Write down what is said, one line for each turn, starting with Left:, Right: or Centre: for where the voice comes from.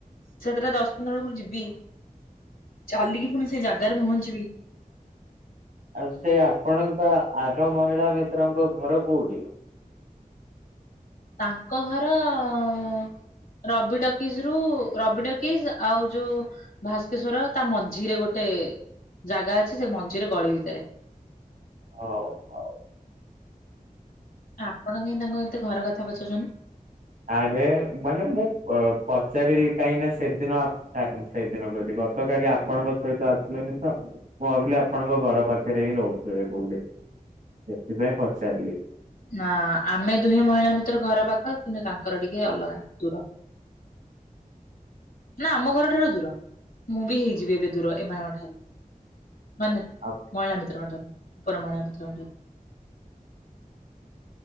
Left: ସାତଟା ଦଶ ପନ୍ଦର ବେଳକୁ ଯିବି ଚାଲିକି ପୁଣି ସେଇ ଜାଗାରେ ପହଞ୍ଚିବି।
Right: ଆଉ ସେ ଆପଣଙ୍କ ଆର ମହିଳା ମିତ୍ରଙ୍କ ଘର କୋଉଠି?
Left: ତାଙ୍କ ଘର ଉଁ ରବି ଟକିଜ ରୁ ରବି ଟକିଜ ଆଉ ଯୋଉ ଭାସ୍କେଶ୍ଵର ତା ମଝିରେ ଗୋଟେ ଜାଗା ଅଛି ସେ ମଝିରେ ଗଳି ଭିତରେ।
Right: ହଉ, ହଉ।
Left: ଆପଣ କାଇଁ ତାଙ୍କ ଏତେ ଘର କଥା ପଚାରୁଛନ୍ତି?
Right: ଆରେ ମାନେ ମୁଁ ପ-ପଚାରିଲି କାହିଁନା ସେଦିନ ଆ ସା ସେଇଦିନ କହିଲି ଗତକାଲି ଆପଣଙ୍କ ସହିତ ଆସିଲେନି ତ ମୁଁ ଭାବିଲି ଆପଣଙ୍କ ଘର ପାଖରେ ହିଁ ରହୁଥିବେ କୋଉଠି ସେଥିପାଇଁ ପଚାରିଲି
Left: ନା, ଆମେ ଦୁହେଁ ମହିଳା ମିତ୍ର ଘର ପାଖ କିନ୍ତୁ ତାଙ୍କର ଟିକେ ଅଲଗା ଦୂର ନା, ଆମ ଘରଠାରୁ ଦୂର ମୁଁ ବି ହେଇଯିବି ଏବେ ଦୂର ଏମାନଙ୍କ ଠାରୁ ମାନେ
Right: ଆଉ
Left: ମହିଳା ମିତ୍ରଙ୍କ ଠାରୁ ଉପର ମହିଳା ମିତ୍ରଙ୍କ ଠାରୁ